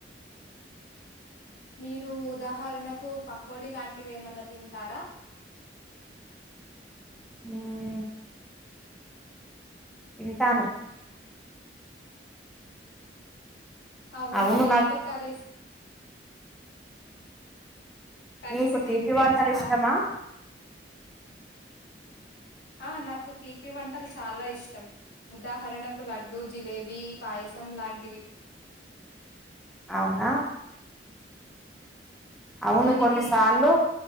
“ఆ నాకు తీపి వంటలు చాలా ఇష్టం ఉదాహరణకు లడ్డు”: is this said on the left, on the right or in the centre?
Left